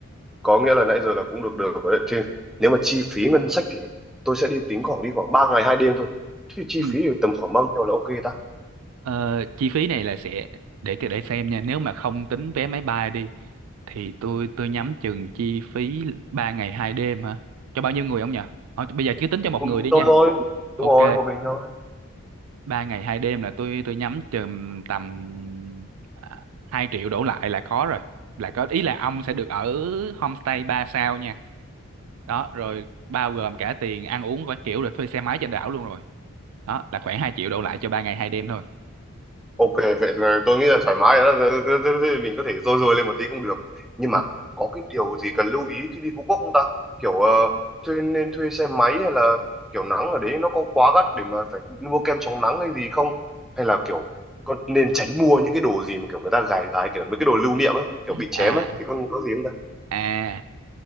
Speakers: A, in the centre; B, on the right.
A: có nghĩa là nãy giờ là cũng được được rồi đấy. Thì nếu mà chi phí ngân sách thì tôi sẽ đi tính khoảng đi khoảng 3 ngày 2 đêm thôi. Thế thì chi
B: ừ.
A: phí thì tầm khoảng bao nhiêu là ok ta?
B: Ờ, chi phí này là sẽ để để xem nha nếu mà không tính vé máy bay đi thì tôi tôi nhắm chừng chi phí 3 ngày 2 đêm hả cho bao nhiêu người ông nhỉ Ờ, bây giờ cứ tính cho một
A: một
B: người
A: mình
B: đi
A: tôi
B: nha
A: thôi
B: ok
A: đúng rồi một mình thôi
B: ba ngày hai đêm là tôi tôi nhắm chừng tầm à, hai triệu đổ lại là có rồi là có ý là ông sẽ được ở homestay ba sao nha đó rồi bao gồm cả tiền ăn uống và kiểu rồi thuê xe máy trên đảo luôn rồi đó là khoảng hai triệu đổ lại cho ba ngày hai đêm thôi
A: Ok, vậy là tôi nghĩ là thoải mái rồi đó. Thế- thế- thế Mình có thể rôi rôi lên một tí cũng được. Nhưng mà
B: Ừ.
A: có cái điều gì cần lưu ý khi đi Phú Quốc không ta? Kiểu ờ, thuê nên thuê xe máy hay là kiểu nắng ở đấy nó có quá gắt để mà phải mua kem chống nắng hay gì không? Hay là kiểu con nên tránh mua những cái đồ gì mà kiểu người ta gài gái kiểu mấy cái đồ lưu niệm á, kiểu bị chém
B: à
A: á thì con có gì không ta?
B: à